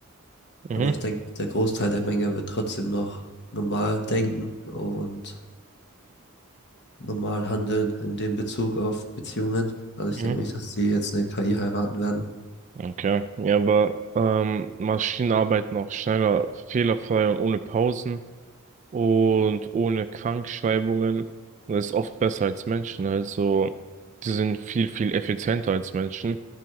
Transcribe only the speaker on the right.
Mhm.
Mhm.
Okay. Ja, aber ähm, Maschinen arbeiten auch schneller, fehlerfrei und ohne Pausen. und ohne Krankschreibungen. Und Das ist oft besser als Menschen. Also, die sind viel, viel effizienter als Menschen.